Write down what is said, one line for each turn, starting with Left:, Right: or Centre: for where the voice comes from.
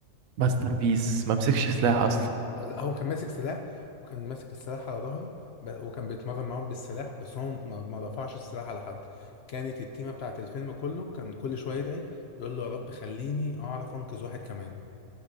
Right: ماستر بيس ممسكش سلاح اصلا
Left: آه، لا هو كان ماسك سلاح وكان ماسك السلاح على ظهره ب- وكان بيتمرن معاهم بالسلاح بس هو ما ما رفعش السلاح على حد كانت التيمه بتاعت الفيلم كله كان كل شويه يدعي يقول له يا رب خليني اعرف انقذ واحد كمان